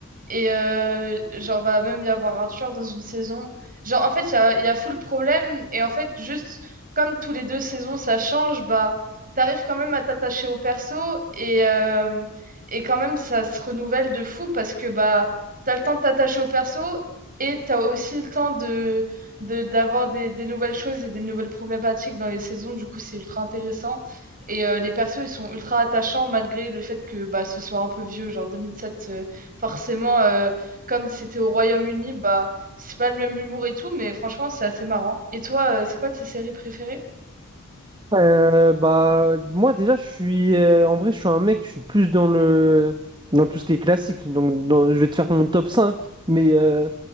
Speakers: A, on the right; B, on the right.
A: Et euh, genre, va même y avoir un tueur dans une saison. Genre, en fait, il y a, y a full problème. Et en fait, juste comme tous les deux saisons, ça change, bah, t'arrives quand même à t'attacher au perso. Et, euh, et quand même, ça se renouvelle de fou parce que bah, t'as le temps de t'attacher au perso et t'as aussi le temps de d'avoir des, des nouvelles choses et des nouvelles problématiques dans les saisons. Du coup, c'est ultra intéressant. Et euh, les persos, ils sont ultra attachants malgré le fait que bah, ce soit un peu vieux. Genre 2007, euh, forcément, euh, comme c'était au Royaume-Uni, bah, c'est pas le même humour et tout, mais franchement, c'est assez marrant. Et toi, euh, c'est quoi tes séries préférées?
B: Euh, bah, moi, déjà, je suis, euh, en vrai, je suis un mec, je suis plus dans le, dans tout ce qui est classique. Donc, dans- je vais te faire mon top cinq mais euh,